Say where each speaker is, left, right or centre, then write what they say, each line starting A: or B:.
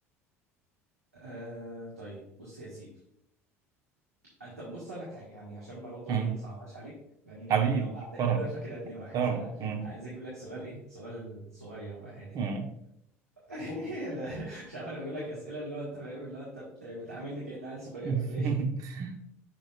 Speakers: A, on the right; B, on the right.
A: آه... طيب بص يا سيدي انت بص اقول لك حاجه يعني عشان ما برضه
B: مم.
A: ايه ما صعبهاش عليك لان انت
B: حبيب
A: انا وقعتك
B: كرم
A: كده فكده 2 1
B: كرم
A: فانا
B: مم.
A: عايز اجيب لك سؤال ايه سؤال صغير بقى هادي
B: مم.
A: كده <laughs> انا مش عارف انا بجيب لك اسئله اللي هو انت فاهم اللي هو انت بت- بتعاملني كأن عيل صغير
B: <laughs>
A: ولا ايه